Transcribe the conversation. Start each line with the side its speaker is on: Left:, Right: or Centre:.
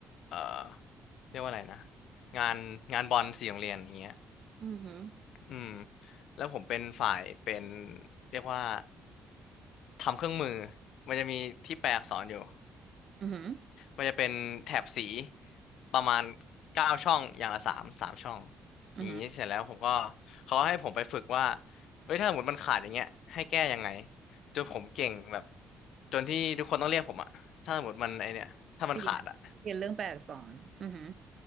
Left: เอ่อเรียกว่าอะไรนะ งานงานบอลสี่โรงเรียนอย่างเงี้ย
Right: อืมอือหือ
Left: อืมแล้วผมเป็นฝ่ายเป็นเรียกว่าทำเครื่องมือ มันจะมีที่แปลอักษรอยู่
Right: อือหือ
Left: มันจะเป็นแถบสีประมาณเก้าช่องอย่างละสามสามช่อง
Right: อือหือ
Left: อย่างนี้เสร็จแล้วผมก็เขาให้ผมไปฝึกว่าเฮ้ยถ้าสมมติมันขาดอย่างเงี้ยให้แก้ยังไงจนผมเก่งแบบจนที่ทุกคนต้องเรียกผมอะถ้าสมมติมันไอเนี่ยถ้ามันขาดอะ
Right: เสียนเสียนเรื่องแปลอักษรอือหือ